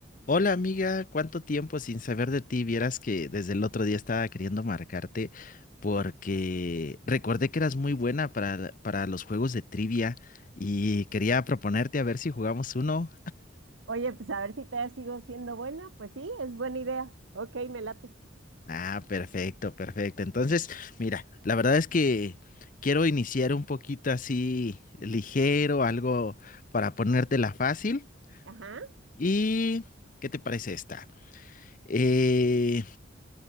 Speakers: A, on the left; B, on the right.
A: Hola amiga, ¿cuánto tiempo sin saber de ti? Vieras que desde el otro día estaba queriendo marcarte porque recordé que eras muy buena para, para los juegos de trivia y quería proponerte a ver si jugamos uno.
B: Oye, pues a ver si te sigo siendo buena. Pues sí, es buena idea. Ok, me late.
A: Ah, perfecto, perfecto. Entonces, mira, la verdad es que quiero iniciar un poquito así ligero, algo para ponértela fácil.
B: Ajá.
A: ¿Y qué te parece esta? Eh,